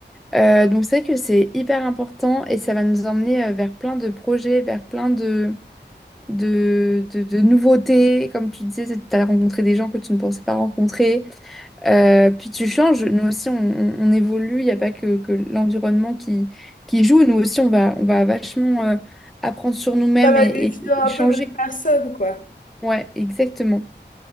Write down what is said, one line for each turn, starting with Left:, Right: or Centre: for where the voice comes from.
Centre: Euh, donc c'est vrai que c'est hyper important et ça va nous emmener euh, vers plein de projets, vers plein de, de, de, de nouveautés. Comme tu disais, tu as rencontré des gens que tu ne pensais pas rencontrer. Euh, puis tu changes. Nous aussi, on, on- on évolue. Il n'y a pas que, que l'environnement qui, qui joue. Nous aussi, on va, on va vachement euh, apprendre sur nous-mêmes
Left: Ça va
Centre: et,
Left: définir
Centre: et- et
Left: un
Centre: changer.
Left: peu notre personne, quoi.
Centre: Ouais, exactement.